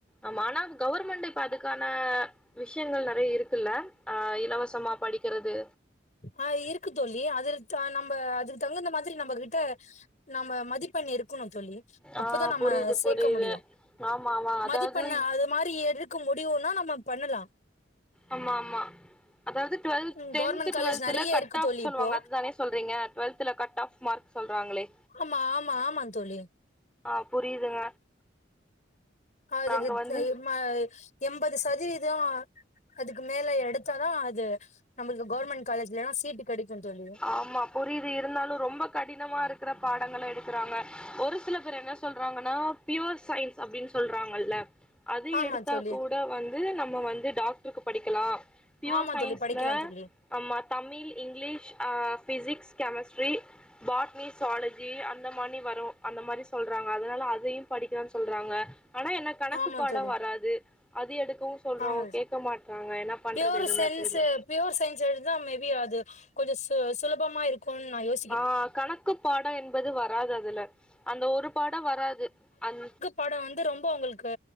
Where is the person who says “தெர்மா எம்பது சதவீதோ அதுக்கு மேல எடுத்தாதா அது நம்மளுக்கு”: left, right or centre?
Left